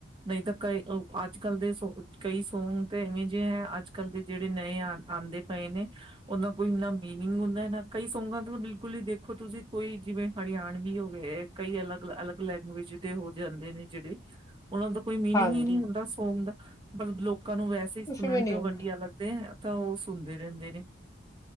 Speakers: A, on the right; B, on the left.
A: ਨਹੀਂ ਤਾਂ ਕਈ ਅੱਜ-ਕੱਲ ਦੇ ਸੋ ਕਈ ਸੌਂਗ ਤਾਂ ਇਵੇਂ ਜਿਹੇ ਹੈ ਅੱਜ-ਕੱਲ ਦੇ ਜਿਹੜੇ ਨਵੇ ਆ ਆੱਦੇ ਪਏ ਨੇ ਉਹਨਾਂ ਕੋਈ ਇਨਾ ਮੀਨਿੰਗ ਹੁੰਦਾ ਨਾ ਕਈ ਸੌਂਗਾਂ ਦਾ ਬਿਲਕੁਲ ਹੀ ਦੇਖੋ ਤੁਸੀਂ ਕੋਈ ਜਿਵੇਂ ਹਰਿਆਣਵੀ ਹੋਵੇ ਹਕਈ ਅਲੱਗ-ਅਲੱਗ ਲੈਂਗੁਏਜ ਦੇ ਹੋ ਜਾਂਦੇ ਨੇ। ਜਿਹੜੇ ਉਹਨਾਂ ਦਾ ਕੋਈ ਮੀਨਿੰਗ
B: ਹਾਂਜੀ
A: ਹੀ ਨਹੀਂ ਹੁੰਦਾ ਸੌਂਗ ਦਾ। ਪਰ ਲੋਕ ਲੋਕਾਂ ਨੂੰ ਵੈਸੇ ਹੀ
B: ਕੁਛ
A: ਸੁਣਨ
B: ਵੀ ਨੀ
A: ਤੋਂ
B: ਹੁੰਦਾ
A: ਵਧੀਆ ਲੱਗਦੇ ਏ। ਤਾਂ ਉਹ ਸੁਣਦੇ ਰਹਿੰਦੇ ਨੇ।